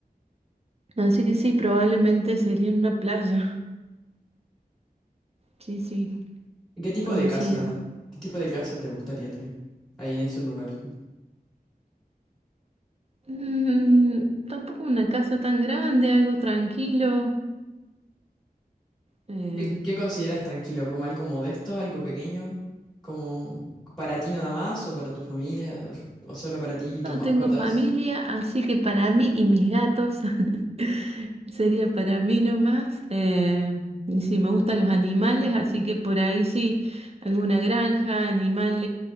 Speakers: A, on the right (about 40°); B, in the centre.
A: Así que sí, probablemente sería en una playa. Sí, sí,
B: ¿Y qué tipo
A: coincido.
B: de casa, qué tipo de casa te gustaría tener ahí en ese lugar?
A: Mm, tampoco una casa tan grande, algo tranquilo. Eh,
B: ¿Qué, qué consideras tranquilo? ¿Como algo modesto, algo pequeño? ¿Como para ti nada más o para tu familia o, o solo para
A: no
B: ti y tus mascotas?
A: tengo familia, así que para mí y mis gatos <laughs> sería para mí nomás. Eh, y sí, me gustan los animales, así que por ahí sí, alguna granja, animales,